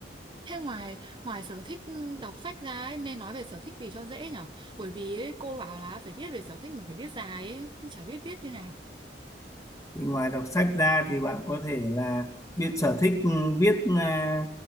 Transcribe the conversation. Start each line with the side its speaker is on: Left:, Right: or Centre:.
Right: Thế ngoài ngoài sở thích đọc sách ra ấy, nên nói về sở thích gì cho dễ nhở? Bởi vì ấy, cô bảo là phải viết về sở thích mà phải viết dài ấy, nhưng chả biết viết như nào.
Left: Thì ngoài đọc sách ra thì bạn có thể là viết sở thích ừ, viết à,